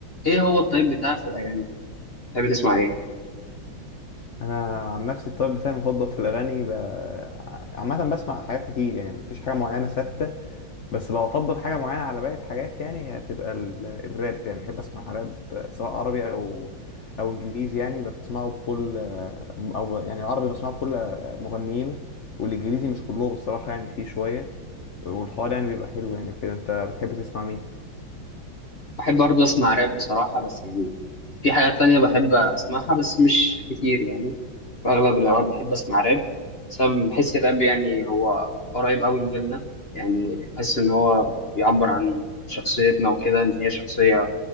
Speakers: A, on the left; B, on the left.
A: ايه هو الطيب بتاعك في الاغاني بتحب تسمع ايه
B: انا عن نفسي الطيب بتاعي المفضل في الاغاني ب... عامه بسمع حاجات كتير يعني مفيش حاجه معينه ثابته بس لو افضل حاجه معينه على باقي الحاجات يعني هي هتبقى ال- الراب يعني بحب اسمع راب سواء عربي او او انجليزي يعني بسمعه بكل او يعني العربي بسمعه بكل مغنيينه والانجليزي مش كلهم الصراحه يعني فيه شويه والحوار يعني بيبقى حلو يعني كده انت بتحب تسمع مين
A: بحب برضه اسمع راب بصراحه بس يعني في حاجات تانية بحب اسمعها بس مش كتير يعني في اغلب الاوقات بحب اسمع راب بسبب بحس الراب يعني هو قريب قوي لجيلنا يعني بحس ان هو بيعبر عن شخصيتنا وكده ان هي شخصيه